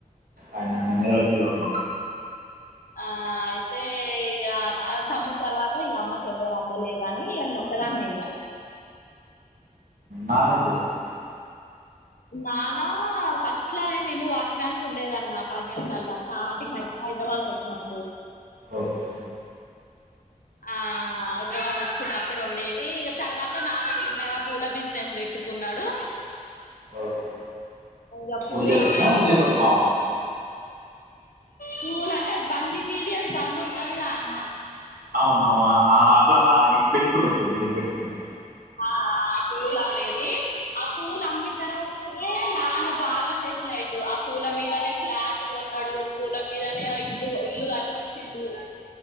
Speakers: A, on the right; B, on the left.
A: ఆయన అన్న నెలల పిలువడే
B: ఆ అయితే ఇగ తమ్ముడ్ తర్వాత ఇగ అమ్మక్ ఎవ్వర్ అందలేదని ఇగ నేన్ ఒ ఒక్కదాన్నే ఇగ
A: నానేం చేస్తడు?
B: నానా ఫస్ట్లయే మేము వాచ్ మ్యాన్క్ ఉండేదన్న అపార్ట్మెంట్లల స్టార్టింగ్ <unintelligible> సవాల్కి వచ్చినప్పుడు
A: ఓకే
B: ఆ హైదరాబాద్ వచ్చినప్పుడు ఉండేది ఇగ తర్వాత నాన్న చిన్నగా పూల బిజినెస్ ట్టుకున్నాడు
A: ఓహో.
B: ఇంగ పూలు
A: గుడి దగ్గరనా
B: అమ్మేది
A: లేకుంటే మా వాళ్ళు
B: పూలు అంటే బండి సీరియస్ బండి ఉంటదిగా అన్న
A: అవునవునా అట్లా నా పెట్టుకునే పూలు మీరు పెట్టుకునే పూలు
B: ఆ ఆ పూలు అమ్మేది ఆ పూలు అమ్మిన తర్వాతనే నాన్న బాగా సెటిల్ అయిండు ఆ పూల మీదనే ఫ్లాట్ కొన్నాడు పూల మీదనే ఇల్లు ఇల్లు ఇచ్చిండు